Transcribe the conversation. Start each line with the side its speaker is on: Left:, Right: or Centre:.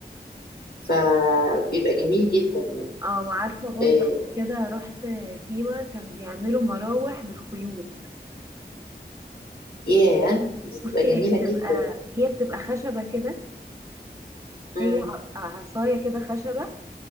Left: فبيبقى جميل جدا يعني
Right: اه وعارفة برضه
Left: آه،
Right: قبل كده رحت سيوة كانوا بيعملوا مراوح بالخيوط
Left: ياه دي تبقى
Right: بصي
Left: جميلة
Right: هي بتبقى
Left: جدا
Right: هي بتبقى خشبة كده
Left: مم.
Right: هي ع- عصاية كده خشبة